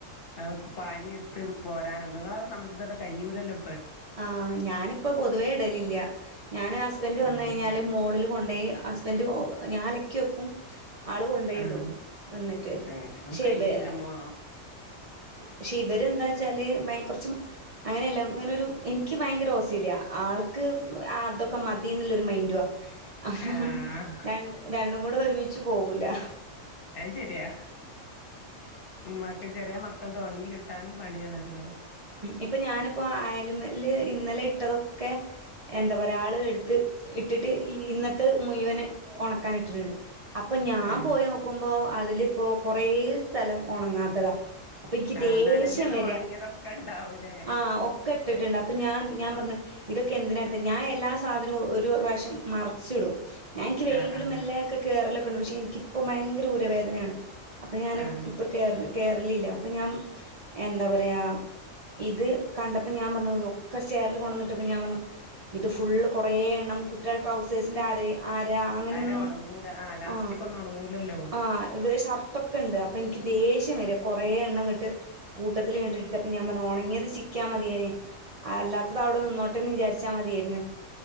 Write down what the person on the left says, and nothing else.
അതൊ പാഞ്ഞ എടുത്ത് പോരാനോങ്ങളെ സംബന്ധിച്ചി <inaudible> വിടെ ക്യൂലല്ലോ
ഉം
ആഹ്
ആഹ്
കയ്യൂല മോ
ആഹ്
അത്ശരിയാ ഉമ്മാക്ക് ചെറിയ മക്ക ഇതൊന്ന് തുടങ്ങി കിട്ടാനും പണിയാണ് ഹലോ
ആഹ്
ആഹ്
നനഞ്ഞതും
ഒണങ്ങിയതൊക്കെ ഇണ്ടാവൂലേ
ആഹ് ആഹ്
ആഹ്
അര ഒണങ്ങൂല ആഹ് ലാസ്റ്റിക്കൊന്നും
ഒണങ്ങൂലല്ലോ